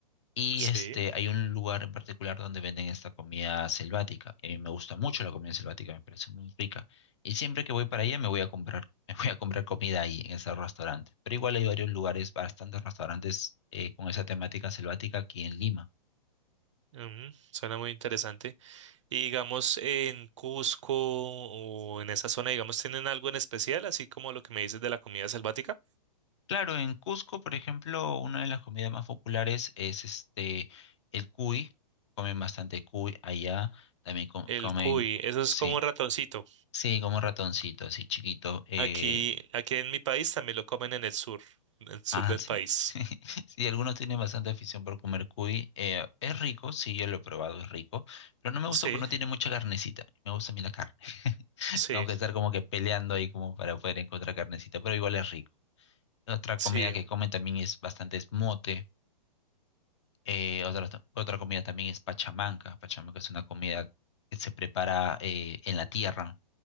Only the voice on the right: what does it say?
Sí.
ujú, Suena muy interesante. Y digamos, en Cusco o en esa zona, digamos, ¿tienen algo en especial, así como lo que me dices de la comida selvática?
El
cuy, eso es
como un ratoncito.
Aquí, aquí en mi país también lo comen en el sur, en el sur
del
país.
Sí,
sí,
sí.